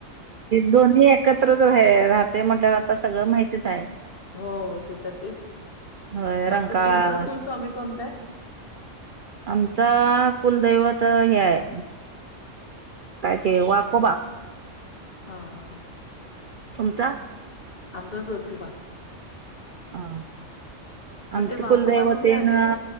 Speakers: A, on the right; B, on the left.
A: दोन्ही एकत्रच आहे राहतोय म्हटल्यावर आता सगळं माहित तीच आहे
B: हो तेथं तेच
A: होय
B: मग
A: रंकाळा
B: आता तुमचा कुलस्वामी कोणता आहे
A: आमचा कुलदैवत हे आहे काय ते वाकोबा
B: हा हा हा
A: तुमचां
B: आमचा ज्योतिबा
A: हा
B: मग
A: आमच
B: ते वाकोबा
A: कुलदैवत
B: कुठे
A: तेन
B: आले?